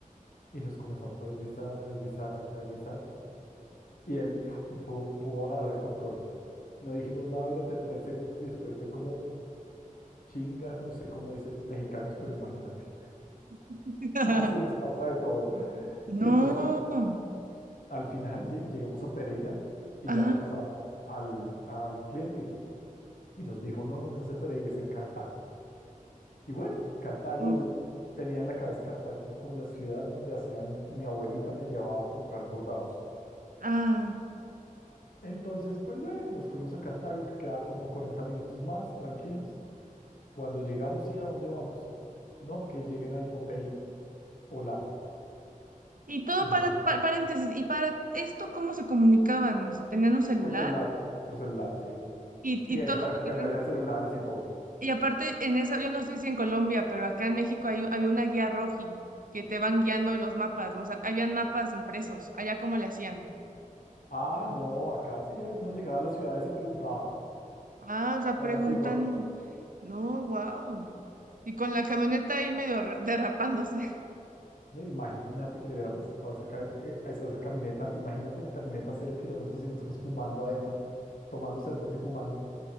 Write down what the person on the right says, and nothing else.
<laughs>
No.
Ajá.
no.
Ah.
Y todo
para,
pa- paréntesis. ¿Y para esto cómo se comunicaban? O sea, ¿tenían un celular?
Y,
y
todo
lo
tenían-
y aparte en esa, yo no sé si en Colombia, pero acá en México hay, un- había una guía roji que te van guiando los mapas, ¿no? O sea, habían mapas impresos, allá cómo le hacían.
Ah, o sea,
preguntando.
No, wow. Y con la camioneta ahí medio re- derrapándose.